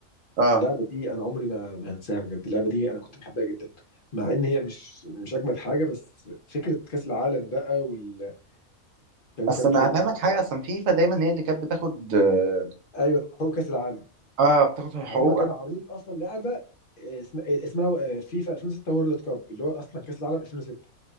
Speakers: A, on the right; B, on the left.
A: اه
B: اللعبه دي انا عمري ما ما هنساها بجد اللعبه دي انا كنت بحبها جدا مع ان هي مش مش اجمد حاجه بس فكره كاس العالم بقى وال... كانت
A: اصل
B: كانت
A: انا
B: حلوه
A: هفهمك حاجه اصلا فيفا دايما هي اللي كانت بتاخد اه
B: ايوه حقوق كاس العالم
A: آه، بتاخد حقوق
B: هم كانوا عاملين اصلا لعبه اسمها اسمها آه، فيفا 2006 وورلد كاب اللي هو اصلا كاس العالم 2006